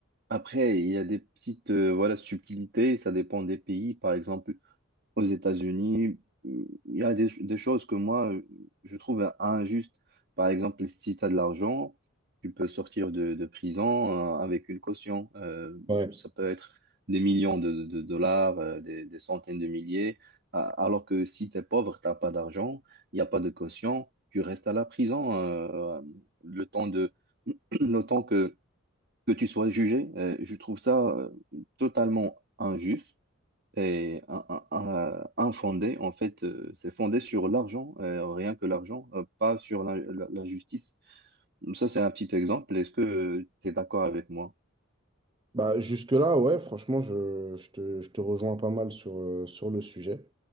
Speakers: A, on the right; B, on the right.
A: Après, il y a des petites euh, voilà, subtilités, ça dépend des pays. Par exemple, aux États-Unis, euh, il y a des, des choses que moi, euh, je trouve injustes. Par exemple, si tu as de l'argent, tu peux sortir de, de prison euh, avec une caution. Euh,
B: Ouais.
A: ça peut être des millions de, de- de dollars, euh, des, des centaines de milliers. A- Alors que si tu es pauvre, tu n'as pas d'argent, il n'y a pas de caution, tu restes à la prison euh, le temps de, <clears throat> le temps que, que tu sois jugé. Euh, je trouve ça euh, totalement injuste. Et un, un- un- un en fait, euh, c'est fondé sur l'argent, euh, rien que l'argent, euh, pas sur la, la- la justice. Ça, c'est un petit exemple. Est-ce que tu es d'accord avec moi?
B: Bah, jusque-là, ouais, franchement, je, je te, je te rejoins pas mal sur, euh, sur le sujet,